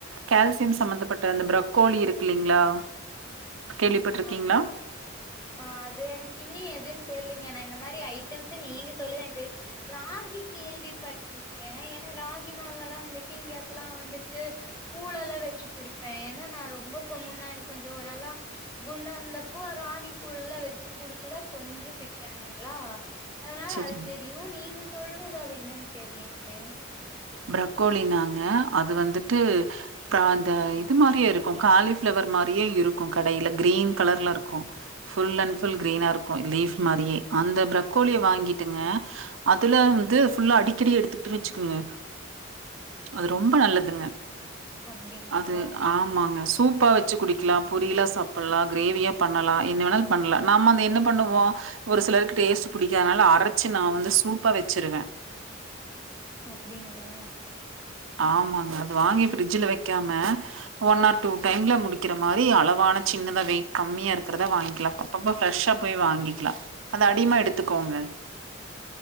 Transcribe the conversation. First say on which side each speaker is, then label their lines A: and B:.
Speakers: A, on the right (about 80°); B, on the left (about 20°).
A: கெல்சியம் சம்பந்தப்பட்ட அந்த ஃப்ரக்கோலி இருக்கு இல்லைங்ளா கேள்விப்பட்டிருக்கீங்ளா
B: ஆமா ஆ அது எனக்கு இன்னியு எதுன்னு தெரியலீங்க நா இந்த மாறி ஐட்டம்ஸ் நீங்க சொல்லி தா எனக்கு தெரியு ராகி கேள்விப்பட்டிருக்கே ஏன்னா ராகி மாவல்லா வந்துட்டு இங்க எல்லா வந்துட்டு கூழ் எல்லா வச்சு குடிப்பே ஏன்னா நா ரொம்பக்க முன்னாடி கொஞ்சோ நல்லா குண்டா இருந்தப்ப ராகி கூழ் எல்லா வச்சு குடிச்சுதா கொஞ்சோ ஃபிட் ஆனேங்ளா அதனால
A: சரிங்க.
B: அது தெரியு நீங்க சொல்றது அது என்னன்னு தெரியலீங்களே
A: ஃப்ரகோலினாங்க அது வந்துட்டு அ அந்த இது மாறியே இருக்கும் காலிஃபிளவர் மாறியே இருக்கும் கடையில கிரீன் கலர்ல இருக்கும் ஃபுல் அண்ட் ஃபுல் கிரீனா இருக்கும் லீஃப் மாறியே அந்த ஃப்ரக்கோலிய வாங்கிட்டுங்க அதுல வந்து ஃபுல்லா அடிக்கடி எடுத்துகிட்டேனு வச்சுக்குங்க அது ரொம்ப நல்லதுங்க
B: அப்டிங்ளா
A: அது ஆ மாங்க சூப்பா வச்சு குடிக்கலா பொரியலா சாப்பட்லா கிரேவியா பண்ணலா என்ன வேணாலு பண்லா நாம்ம அத என்ன பண்ணுவோ ஒரு சிலருக்கு டேஸ்ட்டு புடிக்கானால அரைச்சு நா வந்து சூப்பா வச்சிருவே
B: அப்டிங்ளா
A: ஆமாங்க அது வாங்கி ஃபிரிட்ஜில‌ வெக்காம ஒன் ஆர் டூ டைம்ல முடிக்கிற மாறி அளவான சின்னதா வெயிட் கம்மியா இருக்கிறதா வாங்கிக்கலா அப்ப அப்பப்ப ஃபிரஷ்சா போய் வாங்கிக்கலா அது அடிமா எடுத்துக்கோங்க